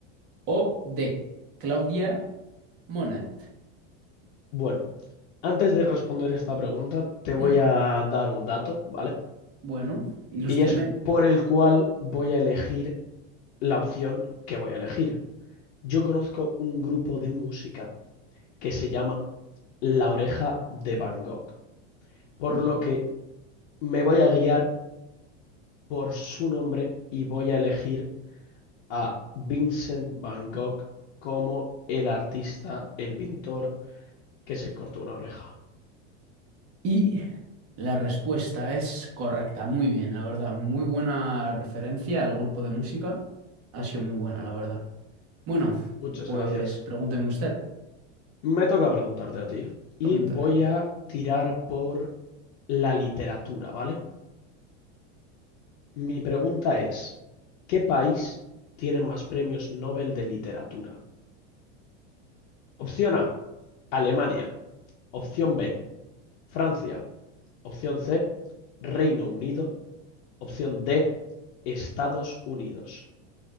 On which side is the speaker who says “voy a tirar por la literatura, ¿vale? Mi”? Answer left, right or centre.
Left